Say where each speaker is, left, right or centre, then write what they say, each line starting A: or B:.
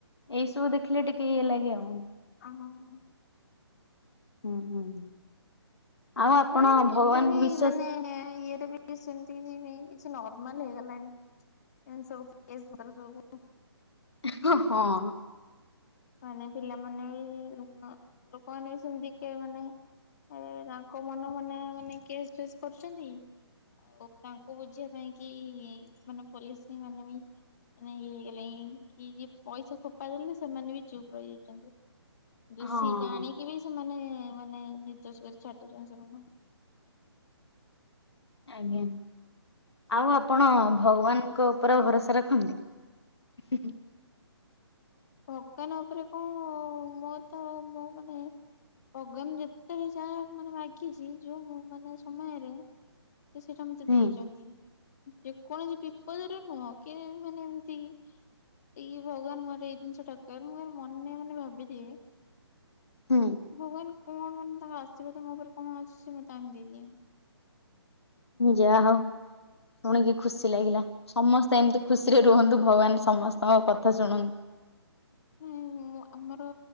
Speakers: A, on the left; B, on the left.
A: ଏଇସବୁ ଦେଖିଲେ ଟିକେ ଇଏ ଲାଗେ ଆଉ।
B: ଆଉ କଣ କୁହ।
A: ହୁଁ ହୁଁ। ଆଉ ଆପଣ
B: ଚାହିଁଲେ
A: ଭଗବାନଙ୍କୁ
B: ଏବେ ବି
A: ବିଶ୍ଵାସ
B: ମାନେ ଇଏରେ ବି ନାଇଁ ସେମତି କିାଇ କିଛି ନର୍ମାଲ ହେଇଗଲାଣି ଏମତି ସବୁ କେଶ ପତ୍ର ସବୁ।
A: ଉହୂ
B: ଆଉ
A: ହଁ।
B: ମାନେ ପିଲାମାନେ ବି ଲୋକମାନେ ବି ସେମିତି କି ମାନେ। ଏ ତାଙ୍କ ମନ ମାନେ ମାନେ କେସ୍ ଫେସ୍ କରୁଛନ୍ତି ଆଉ ତାଙ୍କୁ ବୁଝିବା ପାଇଁ କି ମାନେ ପୋଲିସ ବି ମାନେ ବି ମାନେ ଇଏ ହେଇଗଲାଣି କି ଯେ ପଇସା ଫୋପଡି ଦେଲେ ସେମାନେ ବି ଚୁପ ରହିଯାଇଛନ୍ତି। ଦୋଷୀ
A: ହଁ
B: ଜାଣିକି ବି ସେମାନେ ମାନେ ନିର୍ଦ୍ଦୋଷ କରି ଛାଡି ଦଉଛନ୍ତି ସେମାନଙ୍କୁ।
A: ଆଜ୍ଞା, ଆଉ ଆପଣ ଭଗବାନଙ୍କ ଉପରେ ଭରସା ରଖନ୍ତି, ଉ, ହୁଁ, ଉ, ହୁଁ।
B: ଭଗବାନ ଉପରେ କଣ ମୋର ତ ମୋ ମାନେ ଭଗବାନ୍ ମାନେ ଯେତେବେଳେ ଜାହା ମାଗିଛି ମାନେ ଯୋଉ ମୁଁ ମାନେ ସମୟରେ ସେ ସେଇଟା ମତେ
A: ହୁଁ
B: ଦେଇଛନ୍ତି, ଯେକୌଣସି ବିପଦରେ ନୁହଁ। କେଜାଣି ମାନେ ଏମିତି ଇଆ ଭଗବାନ ମର ଜିନିଷଟା ମୁଁ ଖାଲି ମନେ ମନେ ଭାବିଦିଏ।
A: ହୁଁ।
B: ଭଗବାନ କଣ ମାନେ ତାଙ୍କ ଆଶୀର୍ବାଦ ମୋ ଉପରେ କଣ ଅଛି ସେ ମତେ ଆଣି ଦେଇଦିଅନ୍ତି।
A: ଯାହାହଉ। ଶୁଣିକି ଖୁସି ଲାଗିଲା ସମସ୍ତେ ଏମିତି ଖୁସିରେ ରୁହନ୍ତୁ ଭଗବାନ ସମସ୍ତଙ୍କ କଥା ଶୁଣନ୍ତୁ।
B: ନାଁଇ ମୁଁ ଆମର